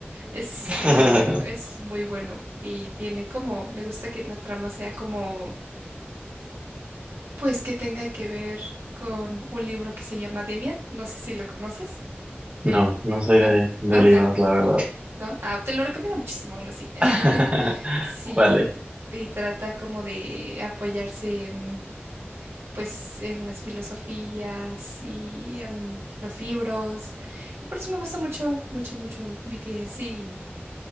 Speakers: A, on the right; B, on the right.
A: Es
B: <laughs>
A: muy bueno, es muy bueno. Y tiene como, me gusta que la trama sea como, pues que tenga que ver con un libro que se llama Demian. No sé si lo conoces,
B: No, no soy
A: ¿no?
B: de, de
A: Other.
B: libros, la verdad.
A: ¿no? Ah, te lo recomiendo muchísimo aún así. <laughs>
B: <laughs>
A: Sí,
B: Vale.
A: t- y trata como de apoyarse en, pues, en las filosofías y en los libros. Y por eso me gusta mucho, mucho, mucho BTS. Y,